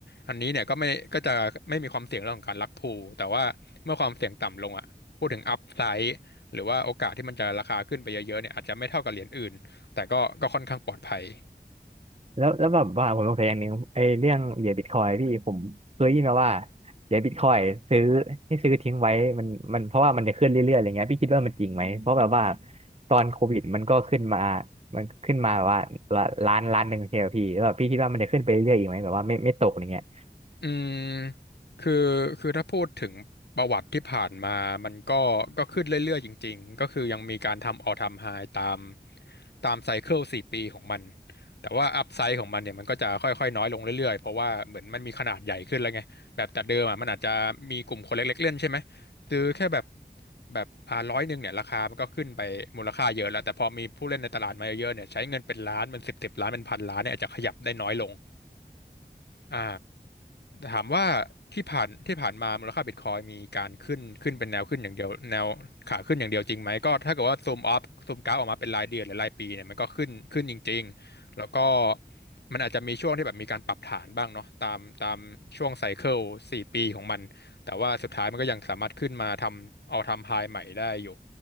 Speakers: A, on the left; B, on the right.
A: อันนี้เนี่ยก็ไม่ก็จะไม่มีความเสี่ยงเรื่องของการลักพูแต่ว่าเมื่อความเสี่ยงต่ำลงอ่ะพูดถึงอัพไซหรือว่าโอกาสที่มันจะราคาขึ้นไปเยอะๆเนี่ยอาจจะไม่เท่ากับเหรียญอื่น แต่ก็ก็ค่อนข้างปลอดภัย
B: แล้วแล้วแบบว่าผมสงสัยอย่างหนึ่งไอ้เรื่องเหรียญบิตคอยพี่ผมเคยได้ยินมาว่าเหรียญบิตคอยซื้อให้ซื้อทิ้งไว้มันมันเพราะว่ามันจะขึ้นเรื่อยๆอะไรเงี้ยพี่คิดว่ามันจริงไหมเพราะแบบว่าตอนโควิดมันก็ขึ้นมามันขึ้นมาแบบว่าละล้านล้านหนึ่งใช่ไหมพี่แล้วแบบพี่คิดว่ามันจะขึ้นไปเรื่อยๆอีกไหมแบบว่าไม่ไม่ตกอะไรเงี้ย
A: อืมคือคือถ้าพูดถึงประวัติที่ผ่านมา มันก็ก็ขึ้นเรื่อยๆจริงๆ ก็คือยังมีการทำออลไทาม์ไฮตามตามไซเคิลสี่ปีของมัน แต่ว่าอัพไซ e ของมันเนี่ยมันก็จะค่อยๆน้อยลงเรื่อยๆ เพราะว่าเหมือนมันมีขนาดใหญ่ขึ้นแล้วไง แบบแต่เดิมอ่ะมันอาจจะมีกลุ่มคนเล็กๆเล่นใช่ไหมซื้อแค่แบบแบบอ่าร้อยหนึ่งเนี่ยราคามันก็ขึ้นไปมูลค่าเยอะแล้วแต่พอมีผู้เล่นในตลาดมาเยอะๆเนี่ยใช้เงินเป็นล้านเป็นสิบสิบล้านเป็นพันล้านเนี่ยอาจจะขยับได้น้อยลง อ่าถามว่าที่ผ่านที่ผ่านมามูลค่าบิตคอยมีการขึ้นขึ้นเป็นแนวขึ้นอย่างเดียวแนวขาขึ้นอย่างเดียวจริงไหมก็ถ้าเกิดว่าซูมอัพซูมกราฟออกมาเป็นรายเดือนหรือรายปีเนี่ยมันก็ขึ้นขึ้นจริงๆแล้วก็มันอาจจะมีช่วงที่แบบมีการปรับฐานบ้างเนาะตามตามช่วงไซเคิลสี่ปีของมันแต่ว่าสุดท้ายมันก็ยังสามารถขึ้นมาทำเอาทำไฮใหม่ได้อยู่